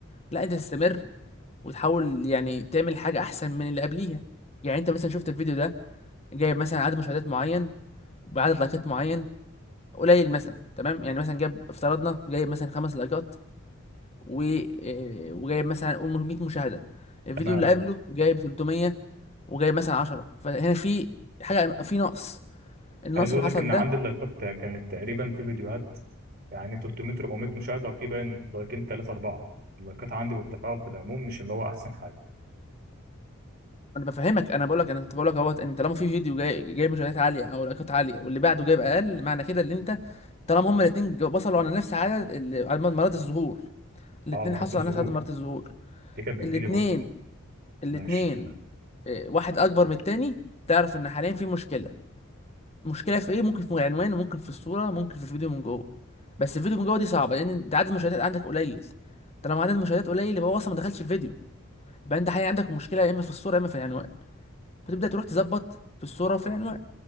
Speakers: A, on the left; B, on the right.
A: لا انت تستمر وتحاول يعني تعمل حاجه احسن من اللي قبليها يعني انت مثلا شفت الفيديو ده جايب مثلا عدد مشاهدات معين بعدد لايكات معين قليل مثلا تمام يعني مثلا جاب افترضنا جايب مثلا خمس لايكات و آه، وجايب مثلا قول 100 مشاهده الفيديو
B: تمام
A: اللي قبله جايب 300 وجايب مثلا 10 فهنا في حاجه في نقص النقص
B: عايز اقول
A: اللي حصل
B: لك ان
A: ده
B: عندي اللايكات كانت تقريبا في فيديوهات يعني 300 400 مشاهده وفي باين لايكين 3 4 اللايكات عندي والتفاعل في العموم مش اللي هو احسن حاجه
A: انا بفهمك انا بقول لك انا كنت بقول لك اهوت ان طالما في فيديو جاي جايب مشاهدات عاليه او لايكات عاليه واللي بعده جايب اقل معنى كده ان انت طالما هما الاثنين وصلوا على نفس عدد ال- عدد مرات الظهور الاثنين
B: اه مرات
A: حصلوا
B: الظهور
A: على نفس عدد مرات الظهور
B: دي كانت بتجيلي
A: الاثنين
B: برضه
A: الاثنين
B: ماشي تمام
A: واحد اكبر من التاني تعرف ان حاليا في مشكله المشكله في ايه ممكن في العنوان وممكن في الصوره ممكن في الفيديو من جوه بس الفيديو من جوه دي صعبه لان انت عدد المشاهدات عندك قليل طالما عدد المشاهدات قليل يبقى هو اصلا ما دخلش الفيديو يبقى انت حقيقي عندك مشكله يا اما في الصوره يا اما في العنوان فتبدا تروح تظبط في الصوره وفي العنوان